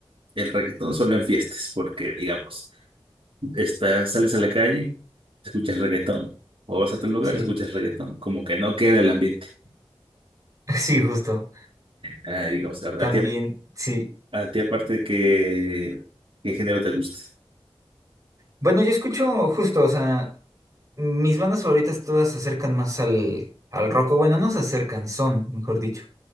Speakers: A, on the right; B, on the right.
A: el reggaetón solo en fiestas, porque digamos, estás, sales a la calle, escuchas reggaetón, o vas a otro lugar,
B: Sí,
A: escuchas reggaetón, como que no queda el ambiente.
B: <laughs> sí, justo.
A: Ah, digamos, a,
B: También,
A: a ti
B: sí.
A: A ti aparte de que, ¿qué género te gusta?
B: Bueno, yo escucho justo, o sea, mis bandas favoritas todas se acercan más al, al rock, o bueno, no se acercan, son, mejor dicho,